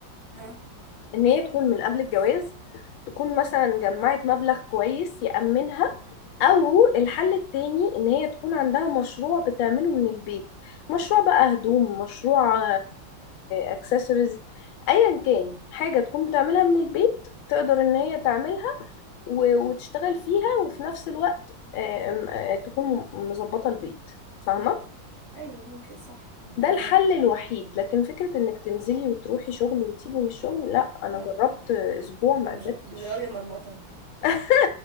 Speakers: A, on the right; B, on the left.
A: اه
B: ان هي تكون من قبل الجواز تكون مثلا جمعت مبلغ كويس يأمنها او الحل التاني ان هي تكون عندها مشروع بتعمله من البيت مشروع بقى هدوم مشروع اكسسوارز ايا كان حاجة تكون بتعملها من البيت تقدر ان هي تعملها و- وتشتغل فيها وفي نفس الوقت آه، آم، آه، تكون م- مظبطة البيت فاهمة
A: ايوه ممكن صح يعني
B: ده الحل
A: هي
B: الوحيد لكن فكرة انك تنزلي وتروحي شغل وتيجي من الشغل لا انا
A: لا
B: جربت
A: لا لا
B: اسبوع ما
A: انا مش
B: قدرتش
A: مش غاوية مرمطة انا
B: <laughs>